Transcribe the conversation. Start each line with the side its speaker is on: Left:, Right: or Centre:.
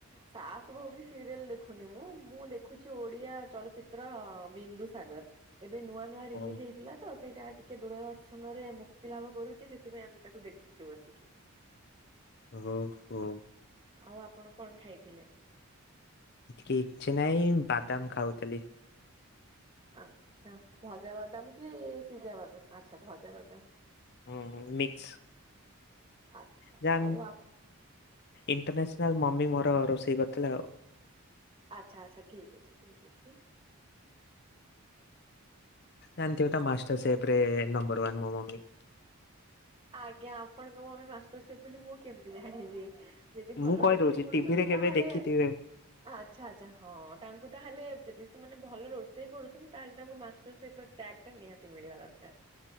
Right: ସାସ ଭଉ କି ସିରିଏଲ ଦେଖୁନି ମୁଁ, ମୁଁ ଦେଖୁଛି ଓଡିଆ ଚଳଚିତ୍ର ବିନ୍ଦୁ ସାଗର। ଏବେ ନୂଆ ନୂଆ ରିଲିଜ
Left: ହଉ
Right: ହେଇ ଥିଲା ତ ସେଇଟା ଟିକେ ଦୂରଦର୍ଶନ ରେ ମୁକ୍ତି ଲାଭ କରୁଛି ସେଥିପାଇଁ ଆମେ ତାକୁ ଦେଖୁଛୁ ବସିକି।
Left: ହଉ ହୋଉ
Right: ଆଉ ଆପଣ କଣ ଖାଇଥିଲେ?
Left: କିଛି ନହିଁ ବାଦାମ ଖାଉଥିଲି।
Right: ଆଚ୍ଛା, ଭଜା ବାଦାମ କି ସିଜାବାଦାମ ଆଛା ଭଜା ବାଦାମ।
Left: ହୁଁ ମିକ୍ସ
Right: ଆଚ୍ଛା
Left: <unintelligible>
Right: ଆଉ ଆପ
Left: ଇଣ୍ଟରସନାଲ ମମି ମୋର ରୋଷେଇ କରିଥିଲା ଆଉ।
Right: ଆଚ୍ଛା ଆଚ୍ଛା ଠିକ ଅଛି ଠିକ ଅଛି।
Left: ଜାଣିଚ ମାଷ୍ଟର୍ ସେଫରେ ନମ୍ବର ୱାନ୍ ମୋ ମମି।
Right: ଆଜ୍ଞା ଆପଣଙ୍କ ମମି ମାଷ୍ଟର ସ ବୋଲି ମୁଁ କେମତି ଜାଣିବି? ଯଦି ଭଲ
Left: ମୁଁ କହିଦଉଛି
Right: ରୋଷେଇ କରୁଛନ୍ତି
Left: ଟିଭିରେ କେବେ
Right: ତାହେଲେ
Left: ଦେଖିଥିବେ
Right: ଆଚ୍ଛା ଆଚ୍ଛା ହଁ ତାଙ୍କୁ ତାହେଲେ ଯଦି ସେମାନେ ଭଲ ରୋଷେଇ କରୁଛନ୍ତି ତାହେଲେ ତାଙ୍କୁ ମାଷ୍ଟର ସେ ତ୍ୟାଗ ଟା ନିହାତି ମିଳିବା ଦରକାର।